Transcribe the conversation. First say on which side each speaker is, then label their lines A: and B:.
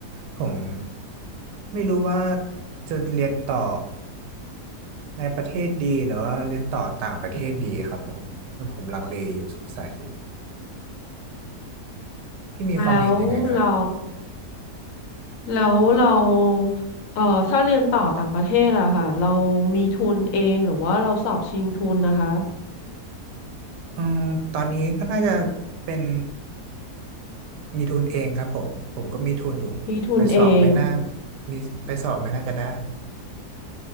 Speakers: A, on the right (about 85°); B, on the left (about 60°).
A: ผมไม่รู้ว่าจะเรียนต่อในประเทศดีหรือว่าเรียนต่อต่างประเทศดีครับผมคือผมลังเลอยู่สงสัยอยู่พี่มีความเห็นยังไงครับ
B: แล้วเราแล้วเราเอ่อถ้าเรียนต่อต่างประเทศอะค่ะเรามีทุนเองหรือว่าเราสอบชิงทุนนะคะ
A: อืมตอนนี้ก็น่าจะเป็นมีทุนเองครับผมผมก็มีทุนอยู่ไปสอบไม่น่า
B: มีทุนเอง
A: มีไปสอบไม่น่าจะได้